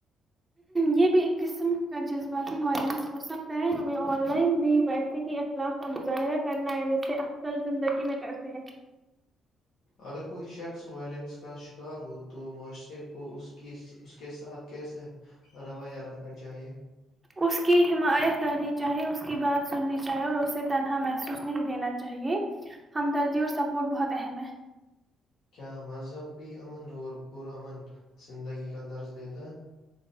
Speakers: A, on the right (about 15°); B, on the left (about 70°).
A: یہ بھی ایک قسم کا جذباتی وائلنس ہو سکتا ہے انیں آن لائن بھی ویسے ہی اخلاق کا مظاہرہ کرنا ہے جیسے اکصل زندگی میں کرتے ہیں
B: اگر کوئی شخص وائلنس کا شکار ہو تو معاشرے کو اس کے اس کے ساتھ کیسے رویہ رکھنا چاہیے
A: اس کی حمایت کرنی چاہیے اسس کی بات سننی چاہی اور اسے تنہا محسوس نہیں دینا چاہیے ہمدردی اور سپورٹ بہت اہم ہے
B: کیا مذہبی امن اور پر امن زندگی کا درس دیتا ہے